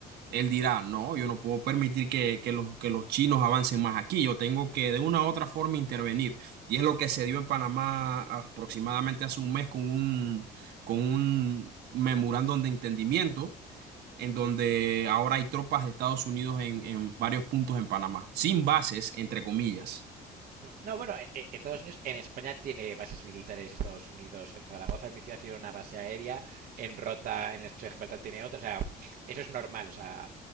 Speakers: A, on the right (about 75°); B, on the right (about 60°).
A: él dirá, no, yo no puedo permitir que, que los, que los chinos avancen más aquí, yo tengo que de una u otra forma intervenir. Y es lo que se dio en Panamá aproximadamente hace un mes con un, con un memorándum de entendimiento en donde ahora hay tropas de Estados Unidos en, en varios puntos en Panamá, sin bases, entre comillas.
B: No, bueno, eh, eh, Estados Unidos en España tiene bases militares, Estados Unidos en Zaragoza, en mi ciudad tiene una base aérea, en Rota, en el estrecho de Gibraltar tiene otra, o sea, eso es normal, o sea,